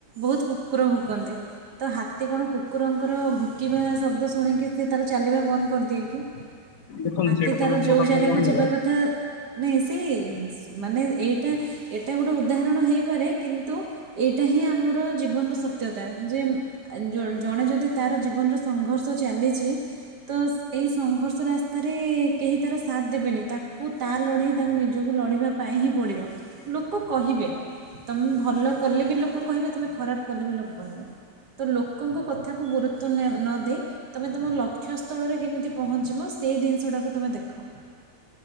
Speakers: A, on the right (about 65°); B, on the left (about 60°).
A: ବହୁତ କୁକୁର ଭୁକନ୍ତି। ତ ହାତୀ କଣ କୁ କୁରଙ୍କର ଭୋକିବା ଶବ୍ଦ ଶୁଣିକି ସେ ତାର ଚାଲିବା ବନ୍ଦ କରିଦିଏକି?
B: ଦେଖନ୍ତୁ
A: ହାତୀ
B: ସେଇଟା
A: ତାର
B: ତ ଲୋକ
A: ଯୋଉ
B: କଥା
A: ଜାଗାକୁ
B: ରହିଗଲା
A: ଯିବା କଥା ନାଇଁ ସେ ସ୍ ମାନେ ଏଇଟା ଏଟା ଗୋଟେ ଉଦାହରଣ ହେଇପାରେ କିନ୍ତୁ ଏଇଟା ହିଁ ଆମର ଜୀବନର ସତ୍ୟତା ଯେ ଆ ଜ ଜଣେ ଯଦି ତାର ଜୀବନର ସଂଘର୍ଷ ଚାଲିଚି ତ ସେଇ ସଂଘର୍ଷ ରାସ୍ତାରେ କେହି ତାର ସାଥ୍ ଦେବେନି ତାକୁ ତା ଲଢ଼େଇ ତାକୁ ନି ଜକୁ ଲଢ଼ିବା ପାଇଁ ହିଁ ପଡ଼ିବ ଲୋକ କହିବେ। ତମେ ଭଲ କଲେ ବି ଲୋକ କହିବେ, ତମେ ଖରାପ କଲେ ବି ଲୋକ କହିବେ, ତ ଲୋ କଙ୍କ କଥାକୁ ଗୁରୁତ୍ୱ ନେ ନ ଦେଇ ତମେ ତମ ଲକ୍ଷ୍ୟ ସ୍ଥଳରେ କେମିତି ପହଞ୍ଚିବ ସେଇ ଦିନିଷଟାକୁ ତମେ ଦେଖ।